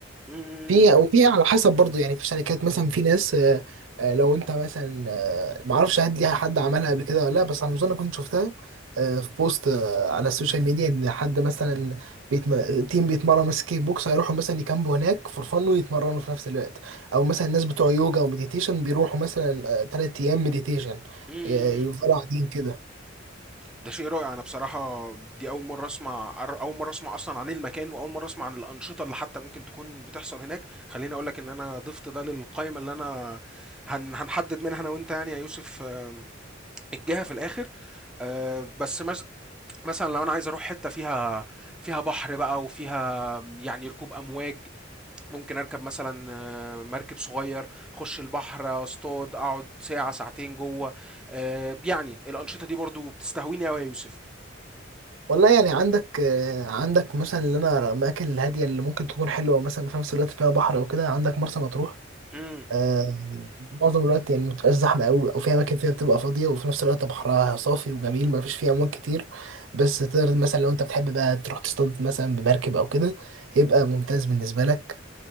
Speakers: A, in the centre; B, on the right.
A: امم،
B: في وفي على حسب برضه يعني في شركات مثلا في ناس آه، آه، لو انت مثلا آه، ما اعرفش هل ليها حد عملها قبل كده ولا لا بس على ما اظن كنت شفتها آه، في بوست آه، على السوشيال ميديا ان حد مثلا بيتم... تيم بيتمرن مثلا كيك بوكس هيروحوا مثلا يكامبوا هناك فور فن ويتمرنوا في نفس الوقت او مثلا الناس بتوع يوجا ومديتيشن بيروحوا مثلا ثلاث ايام مديتيشن
A: امم.
B: ي- يفضلوا قاعدين كده
A: ده شيء رائع أنا بصراحة دي أول مرة أسمع أر- أول مرة أسمع أصلا عن المكان وأول مرة أسمع عن الأنشطة اللي حتى ممكن تكون بتحصل هناك خليني أقول لك إن أنا ضفت ده للقائمة اللي أنا هن هنحدد منها أنا وأنت يعني يا يوسف آم، الجهة في الآخر آه، بس مز... مثلا لو انا عايز اروح حته فيها فيها بحر بقى وفيها يعني ركوب امواج ممكن اركب مثلا آه، مركب صغير اخش البحر اصطاد اقعد ساعه ساعتين جوه آه، يعني الانشطه دي برضو بتستهويني قوي يا يوسف
B: والله يعني عندك آه، عندك مثلا اللي انا الاماكن الهاديه اللي ممكن تكون حلوه مثلا في نفس الوقت فيها بحر او كده عندك مرسى مطروح
A: امم
B: آه، معظم الوقت يعني متبقاش زحمة أوي أو في أماكن فيها بتبقى فاضية وفي نفس الوقت بحرها صافي وجميل مفيش فيه أمواج كتير بس تقدر مثلا لو أنت بتحب بقى تروح تصطاد مثلا بمركب أو كده يبقى ممتاز بالنسبة لك